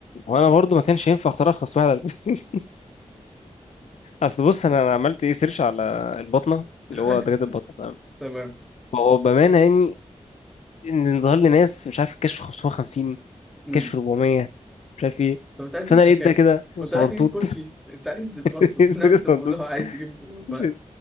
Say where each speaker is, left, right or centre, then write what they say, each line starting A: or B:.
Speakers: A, in the centre; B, on the left.
A: مش
B: وانا برضو ما كانش ينفع اختار ارخص واحد <laughs> اصل بص انا أنا عملت ايه سيرش على البطنه
A: <laughs>
B: اللي هو دكاتره البطنه تمام
A: تمام
B: فهو بامانه يعني ان ظهر لي ناس مش عارف الكشف 550
A: مم.
B: كشف 400 مش عارف ايه
A: طب انت عايز
B: فانا
A: تدفع
B: لقيت
A: كام؟
B: ده كده
A: وانت
B: صغنطوط
A: رايح تجيب كوتشي انت عايز برضه
B: <laughs>
A: <laughs> في نفس
B: ده صغنطوط
A: الموضوع عايز تجيب ب-
B: مش-